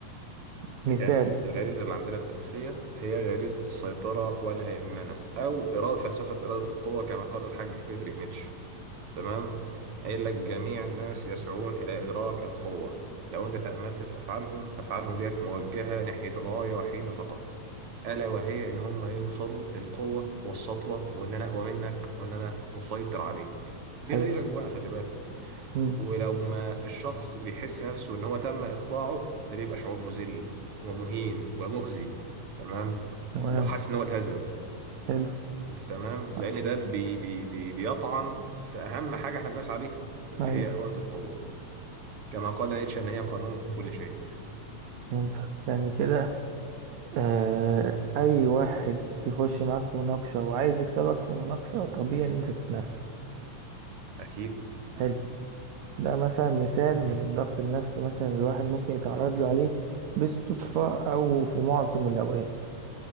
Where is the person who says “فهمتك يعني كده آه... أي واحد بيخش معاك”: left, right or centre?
Right